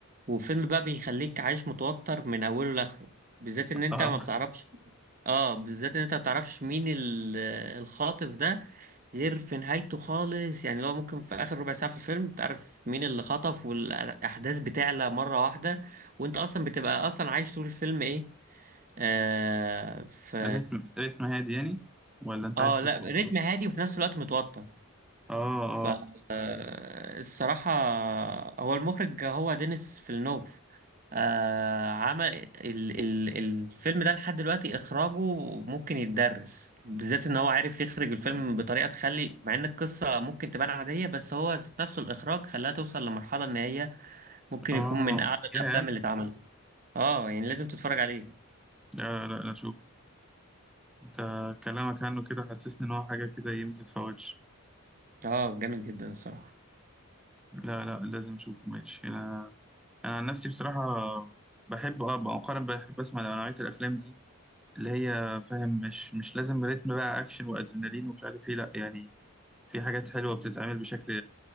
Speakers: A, on the right (about 40°); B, in the centre.
A: وفيلم بقى بيخليك عايش متوتر من أوله لآخره بالذات إن أنت
B: آه
A: ما بتعرفش اه بالذات إن أنت ما بتعرفش مين ال- آه، الخاطف ده غير في نهايته خالص يعني لو ممكن في اخر ربع ساعه في الفيلم تعرف مين اللي خطف والاحداث بتعلى مره واحده وانت اصلا بتبقى اصلا عايش طول الفيلم ايه آه في
B: ريتم ريتم هادي يعني ولا أنت
A: اه
B: عايش في
A: لا
B: طوب
A: رتم هادي وفي نفس الوقت متوتر
B: آه آه
A: فالصراحة هو المخرج هو دينيس فيلنوف آه عمل ال ال الفيلم ده لحد دلوقتي إخراجه ممكن يتدرس بالذات إن هو عارف يخرج الفيلم بطريقة تخلي مع إن القصة ممكن تبان عادية بس هو ذات نفسه الإخراج خلاها توصل لمرحلة إن هي ممكن
B: آه
A: يكون من أعلى الأفلام
B: يا
A: اللي اتعملت اه يعني لازم تتفرج عليه
B: لا لا لا شوف انت كلامك عنه كده حسسني ان هو حاجه كده ايه ما تتفوتش
A: اه جامد جدا الصراحة
B: لا لا لازم اشوفه ماشي انا انا عن نفسي بصراحه بحب اه مؤخرا بحب اسمع نوعيه الافلام دي اللي هي فاهم مش مش لازم ريتم بقى اكشن وادرينالين ومش عارف ايه لا يعني في حاجات حلوه بتتعمل بشكل